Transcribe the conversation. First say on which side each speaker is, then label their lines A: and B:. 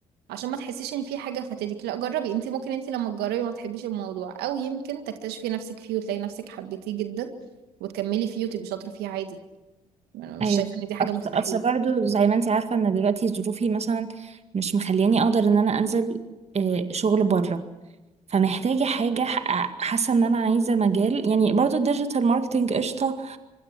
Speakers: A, on the right (about 65°); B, on the right (about 35°).
A: عشان ما تحسيش ان في حاجه فاتتك لا جربي انت ممكن انت لما تجربي ما تحبيش الموضوع او يمكن تكتشفي نفسك فيه وتلاقي نفسك حبيتيه جدا وتكملي فيه وتبقي شاطره فيه عادي انا مش
B: ايوه
A: شايفه ان دي حاجه
B: اصل
A: مستحيله
B: أصل برضو زي ما انت عارفة ان دلوقتي ظروفي مثلا مش مخلياني اقدر ان انا انزل آه، شغل بره فمحتاجة حاجة ح- حاسة ان انا عايزة مجال يعني برضو الديجيتال ماركتينج قشطة